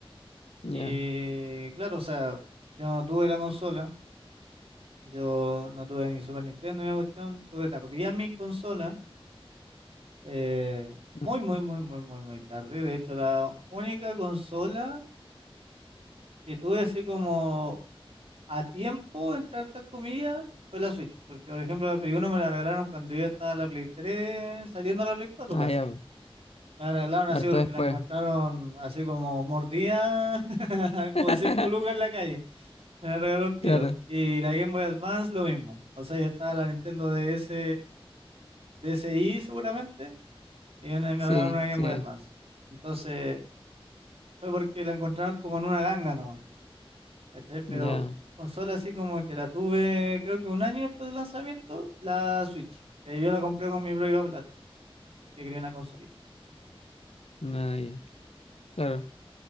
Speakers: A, on the left (about 85°); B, on the right (about 80°).
A: Ya.
B: Y claro, o sea, yo no tuve la consola, yo no tuve ni Super Nintendo ni la cuestión, tuve tardía mi consola eh, muy,
A: Mm.
B: muy, muy, muy, muy, muy tarde. De hecho, la única consola que tuve así como a tiempo, entre hartas comillas, fue la Switch. Porque, por ejemplo, la Play uno me la regalaron cuando yo estaba en la Play tres saliendo a la Play cuatro
A: Ah,
B: casi.
A: ya.
B: Me la regalaron así
A: Harto
B: porque
A: después.
B: la encontraron así como mordida, <laughs> como
A: <laughs>
B: cinco lucas en la calle. Me la regaló un tío.
A: Claro.
B: Y la Game Boy Advance, lo mismo. O sea, ya estaba la Nintendo DS, DSi seguramente y una- me
A: Sí,
B: regalaron una Game
A: sí.
B: Boy Advance. Entonces, fue porque la encontraron como en una ganga nomás, ¿cachai? Pero
A: Ya.
B: consola así como que la tuve, creo que un año después del lanzamiento, la Switch, que yo la compré con mi propia plata, porque quería una consolita.
A: Nada, ya. Claro.